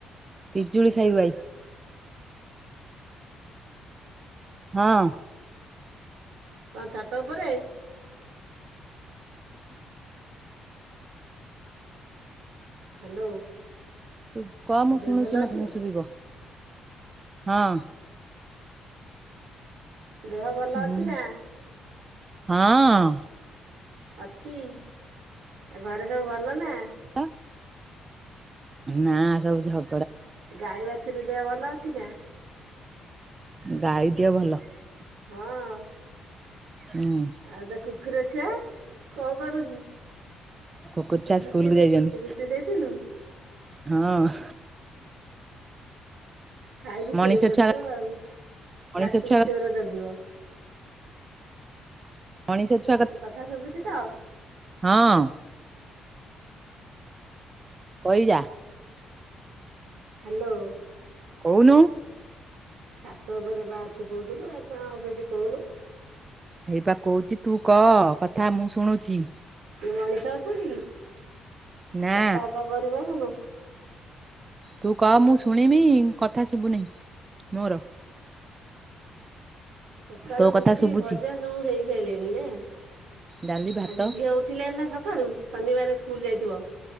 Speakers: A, on the right (about 30°); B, on the right (about 85°).
A: ପିଜୁଳି ଖାଇବୁ ଆଇ।
B: ହ <unintelligible>
A: ହଁ।
B: କଅଁ ଛାତ ଉପରେ? ହ୍ୟାଲୋ।
A: ତୁ କହ
B: ତୋ
A: ମୁଁ
B: ଦେହ
A: ଶୁଣୁଛି
B: ଭଲ ଅଛି
A: ମତେ
B: ନା
A: ଶୁଭିବ ହଁ।
B: ଦେହ ଭଲ ଅଛି
A: ହୁଁ
B: ନା?
A: ହଁ।
B: ଅଛି ଆଉ ଘରେ ସବୁ ଭଲ ନା?
A: ତ ନା ସବୁ ଝଗ
B: ଗାଈ ବାଛୁରୀ ଦେହ ଭଲ ଅଛି ନା?
A: ଗାଈ ଦିହ ଭଲ।
B: ହଁ।
A: ହୁଁ।
B: ଆଉ ତୋ କୁକୁର ଛୁଆ କଅଁ କରୁଛି?
A: କୁକୁର ଛୁଆ
B: ରୁଟି
A: ସ୍କୁଲ କୁ ଯାଇଛନ୍ତି
B: ରୁଟି ଦେଇଥିଲୁ
A: ହଁ।
B: ଖାଇକି
A: ମଣିଷ
B: ଶୋଇପଡିଥିବ
A: ଛୁଆ
B: ଆଉ
A: ମଣିଷ
B: ରାତିକି
A: ଛୁଆ
B: ଚୋର ଜଗିବ।
A: ମଣିଷ ଛୁଆ
B: ମୋ କଥା ଶୁଭୁଛି ତ।
A: ହଁ। କହିଯା?
B: ହ୍ୟାଲୋ।
A: କହୁନୁ।
B: ଛାତ ଉପରେ ବା ଅଛୁ କହୁଥିଲୁ ଆଉ କଣ କିଛି କହୁନୁ।
A: ହେଇପା କହୁଛି ତୁ କହ କଥା ମୁଁ ଶୁଣୁଛି।
B: କିଏ ମଣିଷ ଅଛନ୍ତି କି
A: ନା
B: କଥାବାର୍ତ୍ତା କରିପାରୁନୁ।
A: ତୁ କହ ମୁଁ ଶୁଣିବି କଥା ଶୁବୁନି ମୋର।
B: ସକାଳୁ
A: ତୋ
B: ରୁଟି
A: କଥା ଶୁଭୁଛି।
B: ଭଜା ସବୁ ହେଇ ସାରିଲାଣି ନା
A: ଡାଲି ଭାତ
B: ଆଜି ଝିଅ ଉଠ ଉଠିଲାଣି ନା ସକାଳୁ ଶନିବାର ସ୍କୁଲ ଯାଇଥିବ।